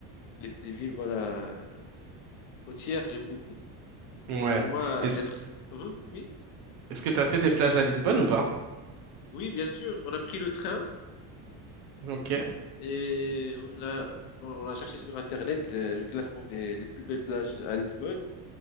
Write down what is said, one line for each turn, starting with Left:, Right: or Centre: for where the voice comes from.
Left: les, les villes, voilà, côtières, j'aime beaucoup.
Right: Ouais.
Left: Donc, pour moi,
Right: Est-ce,
Left: être... Mhm, Oui
Right: est-ce que t'as fait des plages à Lisbonne ou pas?
Left: Oui, bien sûr. On a pris le train
Right: Ok.
Left: et on a, bon, on a cherché sur Internet euh, le classement des, des plus belles plages à Lisbonne.